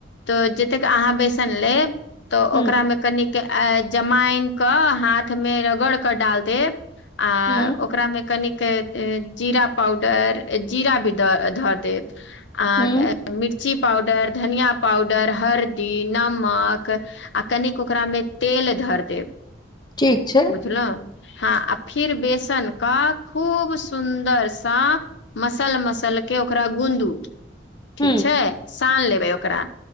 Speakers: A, on the left; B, on the left.
A: तऽ जतेक अहाँ बेसन लेब तऽ
B: ह
A: ओकरामे कनिक जमाइन कऽ हाथमे रगड़ कऽ डाल देब आ
B: ह
A: ओकरामे कनिक जीरा पाउडर जीरा भी द धऽ देब आहाँके
B: ह
A: मिर्ची पाउडर धनिया पाउडर हरदी नमक आ कनिक ओकरामे तेल धर देब
B: ठीक छै
A: बुझलौ हँ आ फिर बेसन कऽ खूब सुन्दरसँ मसल मसल के ओकरा गूंदू ठीक
B: ह
A: छै सान लेबै ओकरा